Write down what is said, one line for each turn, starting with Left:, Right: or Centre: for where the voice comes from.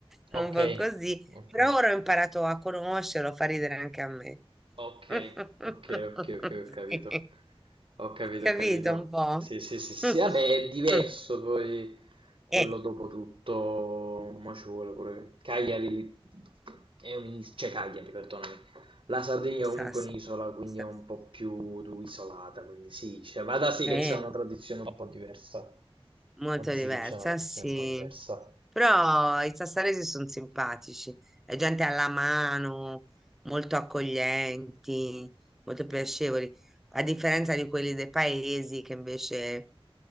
Right: Ok,
Centre: un po' così.
Right: ok.
Centre: Però ora ho imparato a conoscerlo, fa ridere anche a me.
Right: Ok,
Centre: <laughs>
Right: ok, ok, ok, ho capito.
Centre: Sì.
Right: Ho capito,
Centre: Capito
Right: ho capito.
Centre: un po'?
Right: Sì, sì, sì, sì,
Centre: <laughs>
Right: sì. vabbè, è diverso poi quello
Centre: Eh,
Right: dopo tutto, mo ci vuole pure. Cagliari è un'isola, cioè Cagliari, perdonami. La Sardegna
Centre: sa,
Right: è comunque
Centre: sì.
Right: un'isola, quindi
Centre: Sa
Right: è un po' più tu- isolata, quindi sì, cioè, vada sì
Centre: Eh,
Right: che c'è una tradizione un po' diversa.
Centre: molto
Right: Vada sì
Centre: diversa,
Right: che c'è una tradizione
Centre: sì.
Right: un po' diversa.
Centre: Però i sassaresi sono simpatici, è gente alla mano, molto accoglienti, molto
Right: Ok.
Centre: piacevoli, a differenza di quelli dei paesi che invece,